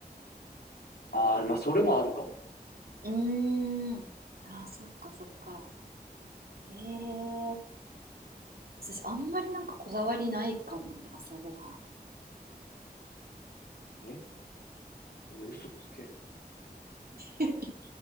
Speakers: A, on the left; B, on the right.
A: ああ、まあそれもあるかも。
B: うーん。あー、そっかそっか。ええ私、あんまりなんかこだわりないかもね、朝ごはん。
A: ええ嘘つけ。
B: <laughs>